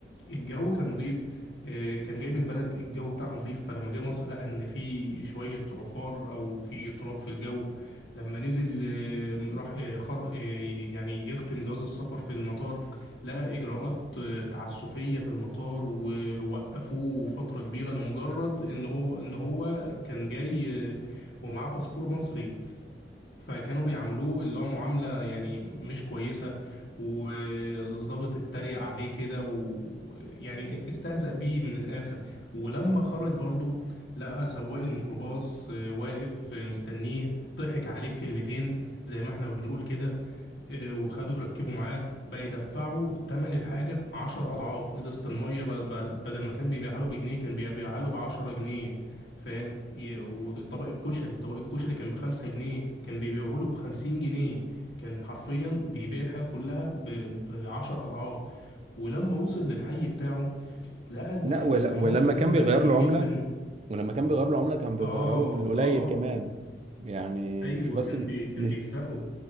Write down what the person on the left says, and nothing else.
الجو كان نظيف آه، كان جاي من بلد الجو بتاعها نظيف فلما جه مصر لقى ان في شويه عفار او في تراب في الجو لما نزل آه، راح آه، خر... آه، يعني يختم جواز السفر في المطار لقى اجراءات آه، تعسفيه في المطار ووقفوه فتره كبيره لمجرد ان هو ان هو كان جاي آه، ومعاه باسبور مصري فكانوا بيعاملوه اللي هو معاملة يعني مش كويسة والضابط اتريق عليه كده ويعني استهزأ بيه من الآخر ولما خرج برضو لقى سواق الميكروباص آه، واقف آه، مستنيه ضحك عليه بكلمتين زي ما احنا ما بنقول كده إيه، وخدوا ركبوا معاه بقى يدفعوا تمن الحاجة عشر أضعاف إزازة المية ب- ب- بدل ما كان بيبيعها له بجنيه كان بيبيعها له بعشرة جنيه فاهم ي- وطبق الكشري طبق الكشري كان بخمسة جنيه كان بيبيعه له بخمسين جنيه كان حرفيا بيبيع الحاجة كلها ب- بعشر أضعاف ولما وصل للحي بتاعه لقى ال-
العمارة
شكلها
بقى
قديم
جدا
آه
آه
أيوة
كان بي كان
بيسرقوا